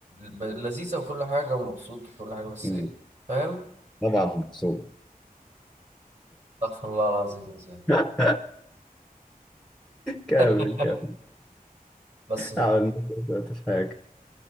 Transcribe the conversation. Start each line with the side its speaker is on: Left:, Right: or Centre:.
Right: ب- لذيذة وكل حاجة ومبسوط وكل حاجة بس
Centre: مم.
Right: ايه فاهم
Centre: طبعا مبسوط
Right: استغفر الله العظيم ازاي
Centre: <laughs> كامل
Right: <laughs>
Centre: كامل
Right: بس
Centre: حاول
Right: يعني
Centre: ما في حاجة